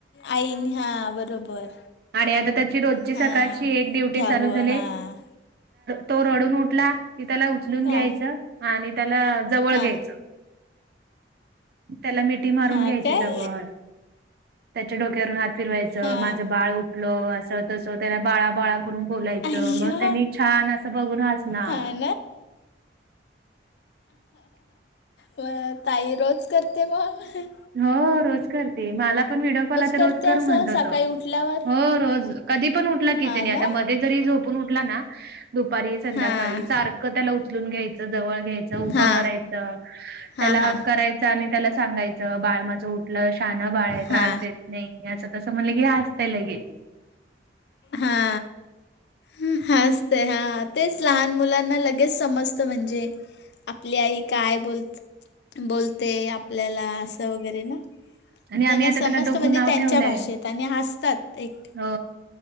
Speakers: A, on the left (about 65°); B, on the right (about 55°).
A: आईन हा बरोबर.
B: आणि आता त्याची रोजची
A: हां
B: सकाळची एक ड्युटी
A: घ्यावं
B: चालू झाली.
A: हां
B: तो रडून उठला कि त्याला उचलून
A: हां
B: घ्यायचं आणि त्याला जवळ
A: हां
B: घ्यायचं. त्याला मिठी मारून
A: हां
B: घ्यायची
A: काय
B: जवळ त्याच्या डोक्यावरून हात फिरवायचं
A: हां
B: माझं बाळ उठलं असं तसं त्याला बाळा बाळा करून बोलायच
A: अय्या
B: मग त्यांनी छान असं बघून हणार
A: हां म ताई रोज करते मग
B: हो रोज करते मला पण व्हिडिओ कॉलला तर
A: करते
B: रोज कर
A: असं
B: म्हणतो
A: सकाळी
B: तो
A: उठल्यावर
B: हो रोज कधी पण उठला की
A: हा
B: जनी
A: ना
B: आता मध्ये जरी झोपून उठला ना दुपारी संध्याकाळी
A: हा
B: सारखं त्याला उचलून घ्यायचं जवळ घ्यायचं उभं
A: हा
B: करायचं.
A: हा
B: त्याला
A: हा
B: हक करायचा आणि त्याला सांगायचं बाळ माझं उठलं शान बाळ आहे त्रास
A: हा
B: देत. नाही या असं तसं म्हणलं की हे असता ल गे
A: हा ह हा असत हा तेच लहान मुलांना लगेच समजतं म्हणजे आपली आई काय बोलत बोलते आपल्याला असं वगैरे ना
B: आणि आम्ही
A: त्यांना
B: आता
A: समस्त
B: त्याला डोगू
A: म्हणजे
B: नाव
A: त्यांच्या
B: ठेवलंय.
A: भाषेत आणि हसतात एक
B: हो